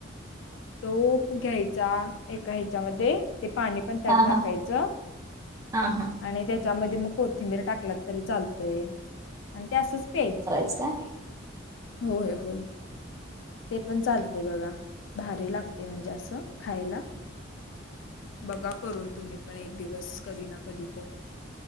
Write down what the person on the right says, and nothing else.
हा
हा हा हा
कसकाय?